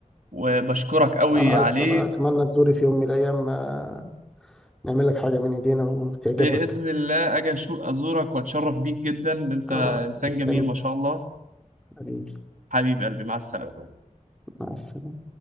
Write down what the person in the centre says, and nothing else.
أنا
أكتر أتمنى تزوري في يوم من الأيام آه، نعمل لك حاجة من إيدينا وتعجبك
خلاص
مستني
حبيبي
مع السلامة